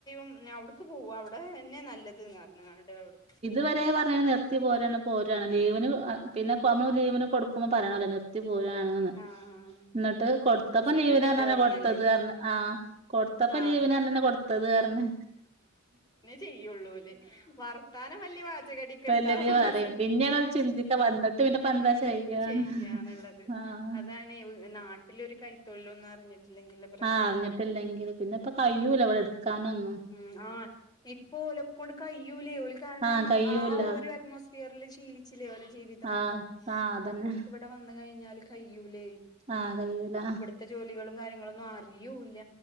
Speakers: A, on the left; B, on the right.
A: ഉം ഇഞ്ഞവ്ട്ക്ക് പോവാ അവ്ടെന്നെ നല്ലത് ന്ന് പർഞ്ങ്ങാണ്ട് അവ്ട്ക്ക് പോവും.
B: ഇതരേ പർഞ്ഞീനി നിർ ത്തി പോരാണ് പോരാണ്. ലീവിന് പിന്നെപ്പോ നമ്മൾ ലീവിന് കൊടുക്കുമ്പം പറയണല്ലോ നിർത്തി പോരാണ്. ആന്ന്.
A: ആഹ്
B: ഇന്നട്ട് കൊടുത്തപ്പം
A: എക്സിറ്റ്
B: ലീവിന്
A: അടിച്ചു
B: പർഞ്ഞന്നെ
A: പോരണല്ലോ
B: കൊടുത്തത് പർഞ്. ആഹ് കൊടുത്തപ്പം
A: ആഹ്
B: ലീവിന് പർഞ്ഞെന്നെ കൊട് ത്തത് പർഞ്.
A: ചെയ്യുള്ളൂല്ലേ. വർത്താനം വല്യ വാചകടിയൊക്കെണ്ടാവും.
B: വല്യതേ പറയും
A: പക്ഷെ,
B: പിന്നെയാണ് ഓല് ചിന്തിക്ക വന്നിട്ട് പിന്നെപ്പ
A: ഉം
B: എന്താ ചെയ്യാന്ന്
A: എന്ത് ചെയ്യാന്ന്ള്ളത്.
B: ആഹ്
A: അതാ ണെ. നാട്ടിലൊരു കൈ തൊഴിലൊന്നും അറിഞ്ഞിട്ടില്ലെങ്കില്ലെ പ്രശ്നം
B: ആഹ് അറിഞ്ഞിട്ടില്ലെങ്കിൽ പിന്നെപ്പ കയ്യൂല ഇവടെ ഇട്ക്കാനൊന്നും.
A: ഉം ആഹ് ഇപ്പൊ ഓലെകൊണ്ട് കയ്യൂലേ ഓല് കാരണം
B: ആഹ് കയ്യൂല
A: ആ ഒരു അറ്റ്മോസ് ഫിയറിൽ ശീലിച്ചില്ലേ ഓലെ ജീവിതം മൊത്തം
B: ആഹ് ആഹ് അതന്നെ
A: അപ്പോൽക്ക് ഇവടെ വന്ന് കഴിഞ്ഞാല് കയ്യൂലേ.
B: ആഹ് കയ്യൂല.
A: ത്ത ജോലികളും കാര്യങ്ങളൊന്നും അറിയ്യൂല്ല.